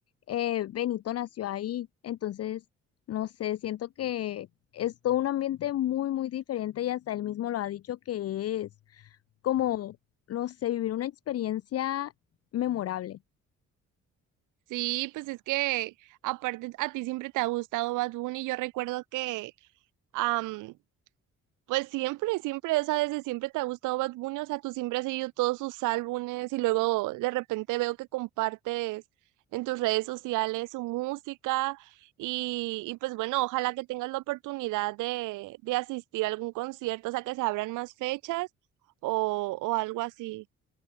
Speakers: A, on the left; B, on the right.
A: eh, Benito nació ahí, entonces, no sé, siento que es todo un ambiente muy, muy diferente y hasta él mismo lo ha dicho que es como, no sé, vivir una experiencia memorable.
B: Sí, pues es que aparte a ti siempre te ha gustado Bad Bunny. Yo recuerdo que... am, Pues siempre, siempre, esa desde siempre te ha gustado Bad Bunny, o sea, tú siempre has seguido todos sus álbumes y luego de repente veo que compartes en tus redes sociales su música y, y pues bueno, ojalá que tengas la oportunidad de, de asistir a algún concierto, o sea, que se abran más fechas o, o algo así.